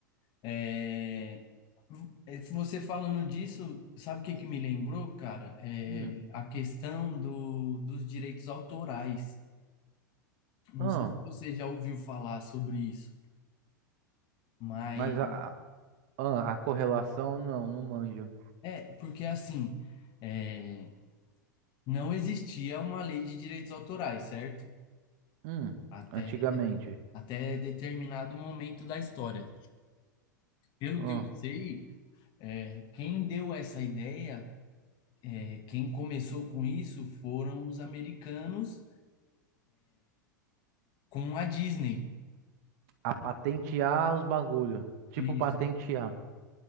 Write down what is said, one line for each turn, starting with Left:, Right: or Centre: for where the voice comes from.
Left: É, é, você falando disso, sabe o que que me lembrou, cara? É
Right: Hum.
Left: a questão do, dos direitos autorais. Não
Right: Ah,
Left: sei se você já ouviu falar sobre isso, mas
Right: mas a, ah, a correlação não, não manjo.
Left: é porque assim, é, não existia uma lei de direitos autorais, certo?
Right: Hum.
Left: Até,
Right: Antigamente.
Left: até determinado momento da história. Pelo
Right: Ah,
Left: que eu sei, é, quem deu essa ideia, é, quem começou com isso foram os americanos com a Disney.
Right: a patentear os bagulho. Tipo
Left: Isso.
Right: patentear.